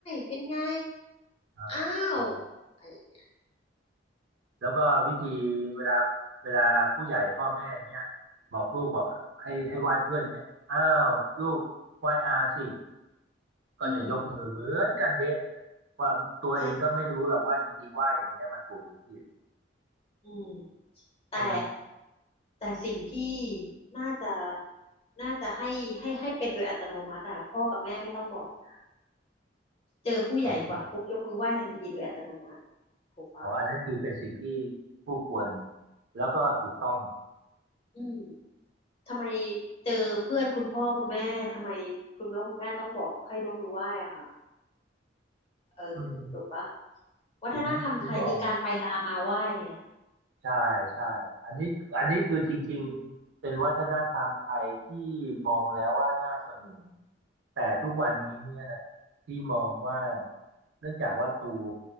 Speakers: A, on the left; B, on the right.
A: เป็นไง
B: ครับเป็น
A: อ้าวอะไรอย่างเงี้ย
B: แล้วก็วิธีเวลาเวลาผู้ใหญ่พ่อแม่เงี้ยบอกลูกบอกให้ให้ไหว้เพื่อนเงี้ยอ้าวลูกไหว้อาสิก็จะยกมือเหมือนกันเดะเลยว่าตัวเองก็ไม่รู้หรอกว่าจริงๆไหว้อย่างเงี้ยมันถูกหรือผิด
A: อืมใช่อืม แต่
B: ใช่ไหม
A: แต่สิ่งที่น่าจะน่าจะให้ให้ให้เป็นโดยอัตโนมัติอ่ะพ่อกับแม่ไม่ต้องบอกนะเจอผู้ใหญ่กว่าปุ๊บยกมือไหว้ทันทีโดยอัตโนมัติ
B: ครับ
A: ถูกปะ
B: อ๋ออันนั้นคือเป็นสิ่งที่ผู้ควรแล้วก็ถูกต้อง
A: อืมทำไมเจอเพื่อนคุณพ่อคุณแม่ทำไมคุณพ่อคุณแม่ต้องบอกให้ยกมือไหว้อ่ะค่ะเออถูกปะ
B: อืม
A: วัฒนธรรมไทยคือการไปลามาไหว้ไง
B: ถึงถึงบอกใช่ใช่อันนี้อันนี้คือจริงๆเป็นวัฒนธรรมไทยที่มองแล้วว่าน่าสงวนแต่ทุกวันนี้เนี่ยที่มองว่าเนื่องจากว่าตัว